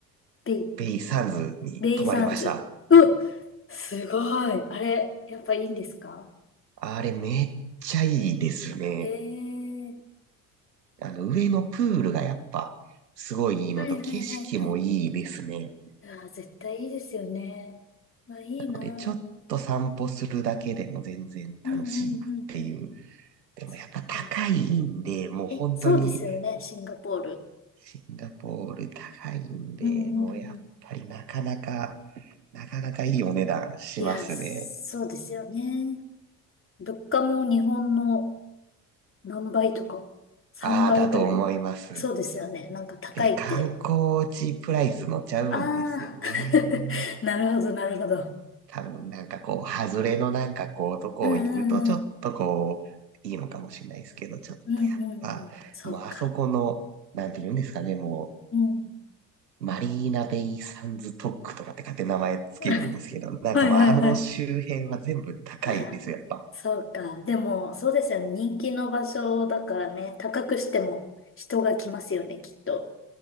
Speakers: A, on the left; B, on the right.
A: ベイ
B: ベイサンズに泊まりました。
A: レイサンズ。うっ、すごい。あれ、やっぱいいんですか
B: あれめっちゃいいですね。
A: へえ。
B: あの、上のプールがやっぱ、すごいいいのと、
A: はいはいはいはい。
B: 景色もいいですね。
A: ああ、絶対いいですよね。まあいいな。
B: なので、
A: うん
B: ちょっと散歩するだけでも全然楽しいっていう。
A: うんうんうん。
B: でもやっぱ高いんで、
A: そっか。
B: もう本当に、
A: え、そうですよね、シンガポール。
B: シンガポール高いんで、
A: うんうんうん。
B: もうやっぱりなかなか、なかなかいいお値段しますね。
A: いや、そうですよね。物価も日本の何倍とか、3倍ぐらいそうですよね。
B: ああ、だと思います。
A: なんか高いって。
B: で、観光地プライス乗っちゃうんですよね。
A: ああ、<laughs> なるほどなるほど。
B: 多分なんかこう、外れのなんかこう、とこ行くとちょっとこう、
A: うんうんうん。
B: いいのかもしれないですけど、ちょっとやっぱ、
A: うんうんうん。そうか。
B: もうあそこの、なんて言うんですかね、も
A: うん。
B: う、マリーナベイサンズトックとかって勝手に名前つけるんですけど、
A: <laughs>
B: なんかもうあの周辺は全部高いんですよ、
A: はいはいはい。あら、
B: やっぱ。
A: そうか。でも、そうですよね。人気の場所だからね、高くしても人が来ますよね、きっと。